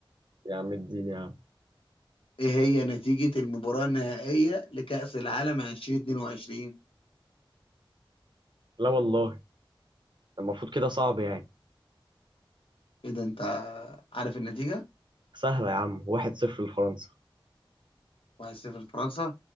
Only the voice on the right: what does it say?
يا عم الدين يا عم
لا والله المفروض كده صعب يعني
سهلة يا عم واحد صفر لفرنسا